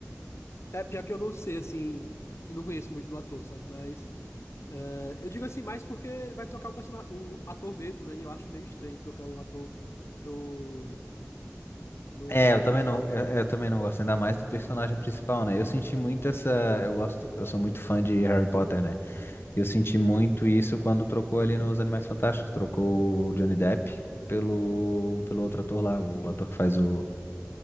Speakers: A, on the left; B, on the left.
A: É, pior que eu não sei, assim, eu não conheço muito do ator, sabe? Mas eh, eu digo assim, mais porque vai trocar o personagem, o ator mesmo, né? E eu acho meio estranho trocar o ator do, do
B: É,
A: personagem
B: eu também
A: principal,
B: não, eu,
A: né?
B: eu também não gosto ainda mais do personagem principal, né? Eu senti muito essa, eu gosto, eu sou muito fã de Harry Potter, né? Eu senti muito isso quando trocou ali nos Animais Fantásticos, trocou o Johnny Depp pelo, pelo outro ator lá, o ator que faz o,